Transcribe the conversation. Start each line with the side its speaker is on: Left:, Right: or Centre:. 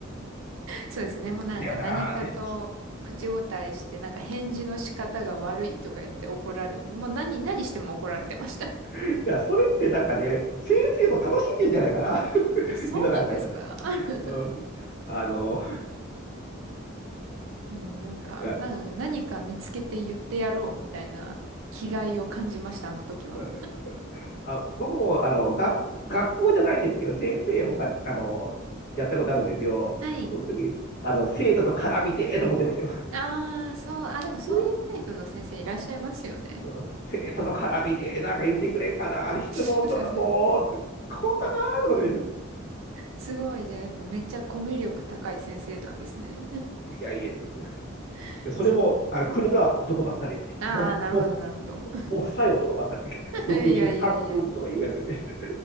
Right: そうですね。
Left: 追っかけだよなーって。
Right: もうなんか何かと口答えして、なんか返事の仕方が悪いとか言って怒られる。もう何、何しても怒られてました。
Left: いや、それってなんかね、先生も楽しんでるんじゃないかな。<laughs>
Right: え、そうなんですか
Left: 今考えたら。
Right: <laughs>
Left: うん、あの、
Right: もうなんか、
Left: いや
Right: なんか何か見つけて言ってやろうみたいな気概を感じました、あの時は。
Left: <laughs> あ僕もあの学校、学校じゃないんですけど、先生他に、あの、やったことあるんですよ。
Right: はい。
Left: その時、あの、生徒と絡みてーと思ってましたよ。
Right: ああ、そう、あ、でもそういうタイプの先生いらっしゃいますよね。
Left: <laughs> うん、生徒の絡みでなんか言ってくれんかな、あれ質問とかもう、
Right: <laughs>
Left: こんかなーとかで、
Right: すごい、じゃあやっぱめっちゃコミュ力高い先生なんですね。
Left: いやいやいやいや、
Right: <laughs>
Left: でそれもあの来るのは男ばっかりですね。
Right: そうなんだ。ああ、
Left: もう、
Right: なるほど、
Left: も
Right: なるほど。
Left: う、もうさい男ばっかり。
Right: <laughs>
Left: 俗に言う三軍とかいうやつですね。
Right: いやいやいやいや。